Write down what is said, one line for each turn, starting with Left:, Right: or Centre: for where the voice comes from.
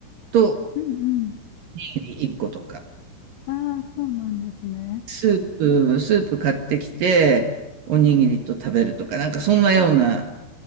Right: と
Left: うんうん。
Right: おにぎり1個とか、
Left: ああ、そうなんですね。
Right: スープ、スープ買ってきて、おにぎりと食べるとか、なんかそんなような